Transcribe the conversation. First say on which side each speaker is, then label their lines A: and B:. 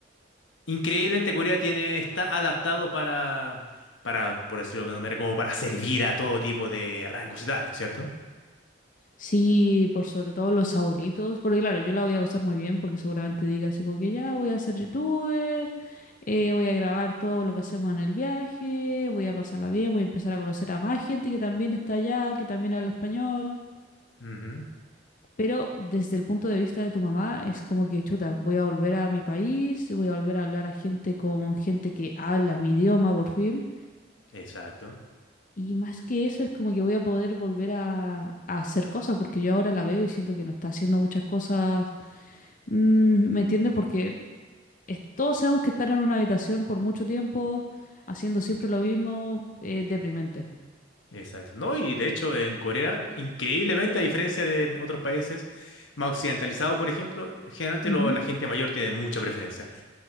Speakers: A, on the left; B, on the left.
A: increíblemente Corea tiene, está adaptado para, para, por decirlo de alguna manera, como para servir a todo tipo de rangos etarios, cierto
B: Sí, por sobre todo los abuelitos, porque claro, yo la voy a pasar muy bien porque seguramente diga así como que ya voy a ser youtuber, eh, voy a grabar todo lo que hacemos en el viaje, voy a pasarla bien, voy a empezar a conocer a más gente que también está allá, que también habla español.
A: Ujú,
B: Pero desde el punto de vista de tu mamá es como que chuta, voy a volver a mi país, voy a volver a hablar a gente con gente que habla mi idioma por fin.
A: exacto.
B: Y más que eso, es como que voy a poder volver a, a hacer cosas, porque yo ahora la veo y siento que no está haciendo muchas cosas Mm, ¿me entiendes? Porque es- todos sabemos que estar en una habitación por mucho tiempo, haciendo siempre lo mismo, es deprimente.
A: Exacto, ¿no? Y de hecho, en Corea, increíblemente, a diferencia de otros países más occidentalizados, por ejemplo, generalmente
B: Ujú.
A: lo- la gente mayor tiene mucha preferencia.